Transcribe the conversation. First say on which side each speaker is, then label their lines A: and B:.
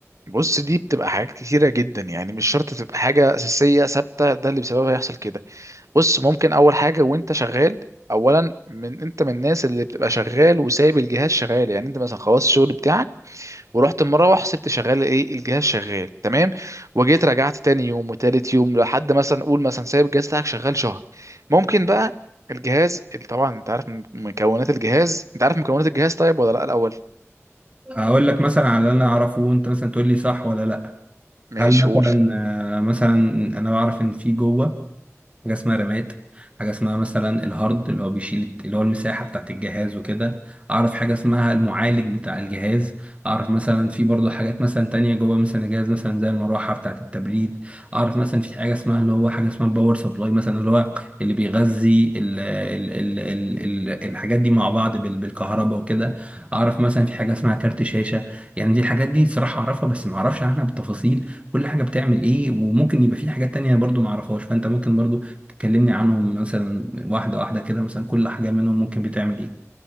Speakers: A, on the right (about 80°); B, on the right (about 25°).
A: بص دي بتبقى حاجات كتيرة جدا يعني مش شرط تبقى حاجة أساسية ثابتة ده اللي بسببها يحصل كده بص ممكن أول حاجة وأنت شغال أولا من أنت من الناس اللي بتبقى شغال وسايب الجهاز شغال يعني أنت مثلا خلاص الشغل بتاعك ورحت مروح سبت شغال ايه الجهاز شغال تمام وجيت رجعت تاني يوم وتالت يوم لحد مثلا قول مثلا سايب الجهاز بتاعك شغال شهر ممكن بقى الجهاز طبعا انت عارف مكونات الجهاز انت عارف مكونات الجهاز طيب ولا لا الاول
B: هقول لك مثلا على اللي أنا أعرفه وأنت مثلا تقول لي صح ولا لأ
A: ماشي
B: هل مثلا
A: قول
B: آه، مثلا أنا بعرف إن في جوه حاجة اسمها رامات حاجة اسمها مثلا الهارد اللي هو بيشيل اللي هو المساحة بتاعت الجهاز وكده أعرف حاجة اسمها المعالج بتاع الجهاز أعرف مثلا في برضه حاجات مثلا تانية جوه مثلا الجهاز مثلا زي المروحة بتاعت التبريد أعرف مثلا في حاجة اسمها اللي هو حاجة اسمها الباور سبلاي مثلا اللي هو اللي بيغذي ال ال ال ال ال الحاجات دي مع بعض بال- بالكهرباء وكده أعرف مثلا في حاجة اسمها كارت شاشة يعني دي الحاجات دي صراحة أعرفها بس ما أعرفش عنها بالتفاصيل كل حاجة بتعمل إيه وممكن يبقى في حاجات تانية برضه ما أعرفهاش فأنت ممكن برضه تكلمني عنهم مثلا واحدة واحدة كده مثلا كل حاجة منهم ممكن بتعمل ايه